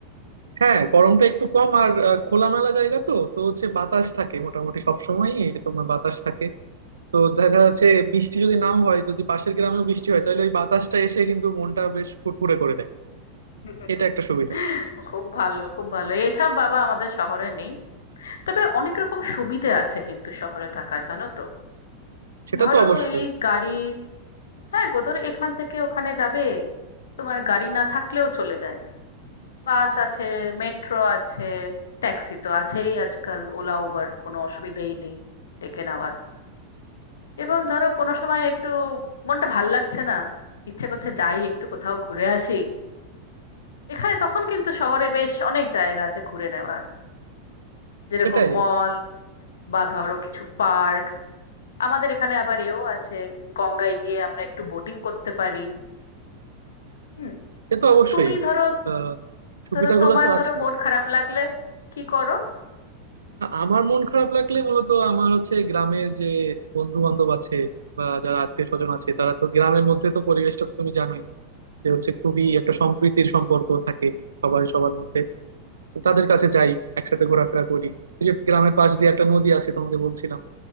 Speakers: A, on the right (about 70°); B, on the left (about 65°).
A: হ্যাঁ গরমটা একটু কম আর আহ, খোলামেলা জায়গা তো তো হচ্ছে বাতাস থাকে মোটামুটি সবসময় তোমার বাতাস থাকে তো দেখা যাচ্ছে বৃষ্টি যদি নাও হয় যদি পাশের গ্রামেও বৃষ্টি হয় তাহলে ওই বাতাসটা এসে কিন্তু মনটা বেশ ফুরফুরে করে দেয়
B: <laughs>
A: এটা একটা সুবিধা
B: খুব ভালো খুব ভালো এসব বাবা আমাদের শহরে নেই তবে অনেক রকম সুবিধে আছে কিন্তু শহরে থাকার জানো তো
A: সেটা
B: ধরো
A: তো অবশ্যই
B: এই গাড়ি হ্যাঁ গো ধরো এখান থেকে ওখানে যাবে তোমার গাড়ি না থাকলেও চলে যায় বাস আছে মেট্রো আছে ট্যাক্সি তো আছেই আজকাল ওলা উবার কোনো অসুবিধেই নেই ডেকে নেওয়ার এবং ধরো কোনো সময় একটু মনটা ভাল লাগছে না ইচ্ছে করছে যাই একটু কোথাও ঘুরে আসি এখানে তখন কিন্তু শহরে বেশ অনেক জায়গা আছে ঘুরে নেওয়ার যেরকম
A: সেটাই
B: মল বা ধরো কিছু পার্ক আমাদের এখানে আবার এও আছে গঙ্গায় গিয়ে আমরা একটু বোটিং করতে পারি হুম
A: সে তো
B: তো
A: অবশ্যই
B: তুমি ধরো
A: আহ সুবিধাগুলো
B: ধরো তোমার
A: তো
B: ধরো
A: আছে
B: মন খারাপ লাগলে কি করো
A: আমার মন খারাপ লাগলে মূলত আমার হচ্ছে গ্রামের যে বন্ধু বান্ধব আছে বা যারা আত্মীয় স্বজন আছে তারা তো গ্রামের মধ্যে তো পরিবেশটা তো তুমি জানোই যে হচ্ছে খুবই একটা সম্প্রীতির সম্পর্ক থাকে সবার সবার মধ্যে তো তাদের কাছে যাই একসাথে ঘোরাফেরা করি এই যে গ্রামের পাশ দিয়ে একটা নদী আছে তোমাকে বলছিলাম